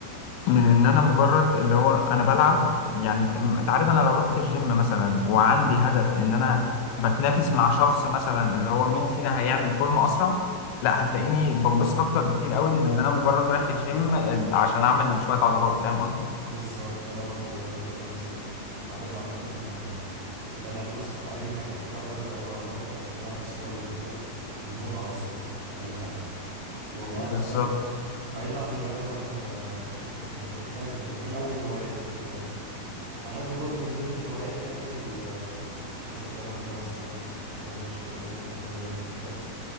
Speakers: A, on the left (about 80°); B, on the right (about 70°).
A: من ان انا مجرد اللي هو انا بلعب يعني أم- انت عارف انا لو رحت الجيم مثلا وعندي هدف ان انا بتنافس مع شخص مثلا اللي هو مين فينا هيعمل فورمة اسرع لا هتلاقيني بنبسط اكتر بكتير قوي من ان انا مجرد رايح الجيم ال- عشان اعمل شوية عضلات فاهم قصدي
B: بالظبط انا برضو انا كده بالظبط أنا بحب عامه التنافس في اي حاجه حتى لو حاجه صغيره والله هو التنافس هو اللي بيخلق المتعه اصلا في اي حاجه والله حتى
A: بالظبط
B: بعيدا عن الرياضة بقى يعني أنا شد- قلت لك يعني دي أول هواياتي الرياضة بحب برضو من ضمن هواياتي يعني ال- الشطرنج مثلا بحب الشطرنج جدا لعبة ذكاء